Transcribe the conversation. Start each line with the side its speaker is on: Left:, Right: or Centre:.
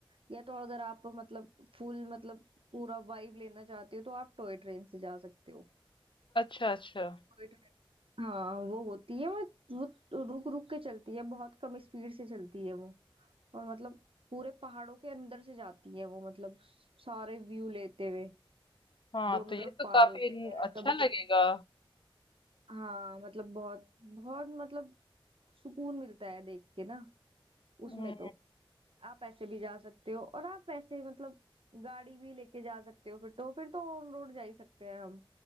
Right: या तो अगर आप मतलब फुल मतलब पूरा वाइब लेना चाहते हो तो आप टॉय ट्रेन से जा सकते हो
Left: अच्छा अच्छा
Right: Toy train हाँ वो होती है वो वो रुक रुक के चलती है बहुत कम स्पीड से चलती है वो और मतलब पूरे पहाड़ों के अंदर से जाती है वो मतलब सारे व्यू लेते हुए
Left: हाँ
Right: दोनों
Left: तो ये
Right: तरफ
Left: तो
Right: पहाड़
Left: काफी
Right: होते
Left: न-
Right: हैं
Left: अच्छा
Right: कभी
Left: लगेगा
Right: कभी हाँ मतलब बहुत बहुत मतलब सुकून मिलता है देख के ना उसमें
Left: हम्म
Right: तो आप ऐसे भी जा सकते हो और आप वैसे मतलब गाड़ी भी लेके जा सकते हो फिर तो फिर तो ऑन रोड जा ही सकते हैं हम